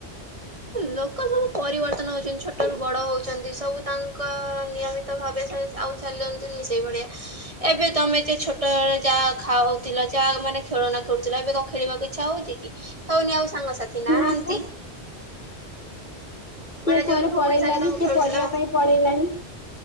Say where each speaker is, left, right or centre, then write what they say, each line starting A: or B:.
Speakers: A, on the right; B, on the left.
A: ଲୋକ ସବୁ ପରିବର୍ତ୍ତନ ହଉଛନ୍ତି, ଛୋଟ
B: ଅଛି।
A: ରୁ ବଡ ହଉଛନ୍ତି ସବୁ ତାଙ୍କ ନିୟମିତ ଭାବେ ଆଉ ଚାଲି ସେଇ ଭଳିଆ ଏବେ ତମେ ଯ ଛୋଟଳେ ଯାହା ଖାଉଥିଲ ଯାହା ମାନେ ଖେଳନା ଖେଳୁଥିଲ, ଏବେ କ ଖେଳିବାକୁ ଇଚ୍ଛା ହଉଛି କି ହେଉନି ଆଉ ସାଙ୍ଗସାଥି ନାହାନ୍ତି।
B: ନା ପା କିଏ
A: ମାନେ
B: କୁଆଡେ
A: ଯୋଉ ଭଉଣୀ
B: ପଳେଇଲାନି
A: ସାଙ୍ଗେ ତମେ
B: କିଏ
A: ଖେଳୁଥିଲ
B: ପଢିବା ପାଇଁ ପଳେଇଲାନି।